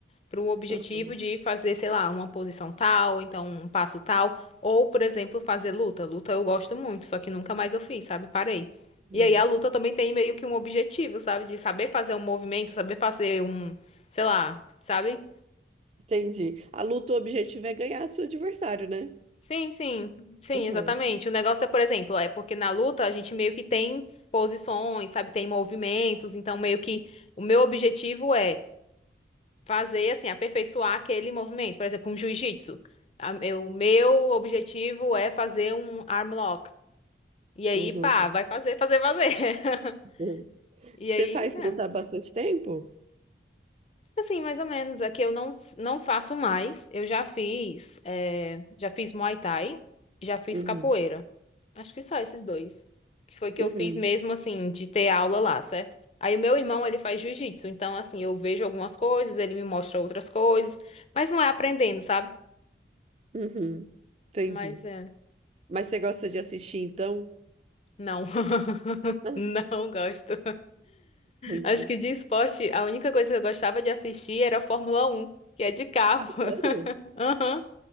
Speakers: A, on the left; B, on the right.
A: para o objetivo
B: Aham,
A: de fazer, sei lá, uma posição tal, então um passo tal, ou, por exemplo, fazer luta. Luta eu gosto muito, só que nunca mais eu fiz, sabe? Parei.
B: uhum.
A: E aí a luta também tem meio que um objetivo, sabe? De saber fazer um movimento, saber fazer um, sei lá, sabe?
B: Entendi. A luta, o objetivo é ganhar do seu adversário, né?
A: Sim, sim, sim,
B: Uhum,
A: exatamente. O negócio é, por exemplo, é porque na luta a gente meio que tem posições, sabe? Tem movimentos, então meio que o meu objetivo é fazer, assim, aperfeiçoar aquele movimento. Por exemplo, um jiu-jitsu. A- eu- O meu objetivo é fazer um arm lock. E aí,
B: uhum,
A: pá, vai fazer, fazer, fazer. <laughs>
B: uhum.
A: E
B: Você
A: aí,
B: faz
A: né?
B: luta há bastante tempo?
A: Assim, mais ou menos. Aqui eu não, não faço mais. Eu já fiz, eh, já fiz Muay Thai, já fiz
B: Uhum,
A: capoeira. Acho que só esses dois. Que foi que
B: uhum,
A: eu fiz mesmo, assim, de ter aula lá, certo? Aí o meu irmão, ele faz jiu-jitsu. Então, assim, eu vejo algumas coisas, ele me mostra outras coisas. Mas não é aprendendo, sabe?
B: uhum. Entendi.
A: Mas é.
B: Mas você gosta de assistir, então?
A: Não. <laughs>
B: Ah,
A: Não gosto.
B: Entendi.
A: Acho que de esporte, a única coisa que eu gostava de assistir era a Fórmula Um, que é de carro.
B: Ah,
A: <laughs>
B: sério?
A: Aham.